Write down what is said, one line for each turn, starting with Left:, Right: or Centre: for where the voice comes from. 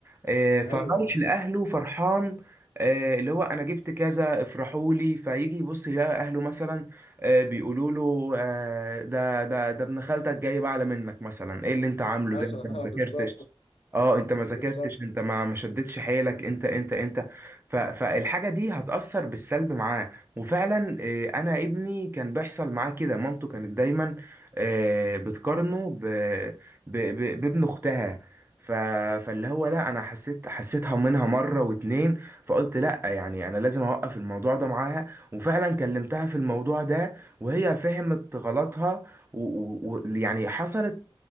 Right: آه، مم.
Left: ايوه
Right: فرايح لاهله فرحان آه، اللي هو انا جبت كذا افرحوا لي فيجي يبص يلاقي اهله مثلا آه، بيقولوا له آه، ده ده ده ابن خالتك جاي بعلى منك مثلا ايه اللي انت عامله
Left: مثلا
Right: ده انت ما ذاكرتش
Left: اه بالظبط
Right: اه انت ما ذاكرتش
Left: بالظبط
Right: انت ما ما شدتش حيلك انت انت انت ف... فالحاجه دي هتاثر بالسلب معاه وفعلا آه، انا ابني كان بيحصل معاه كده مامته كانت دايما آه، بتقارنه ب... ب... ب... بابن اختها ف... فاللي هو لا انا حسيت حسيتها منها مره واتنين فقلت لا يعني انا لازم اوقف الموضوع ده معاها وفعلا كلمتها في الموضوع ده وهي فهمت غلطها ويعني و... و... و- يعني حصلت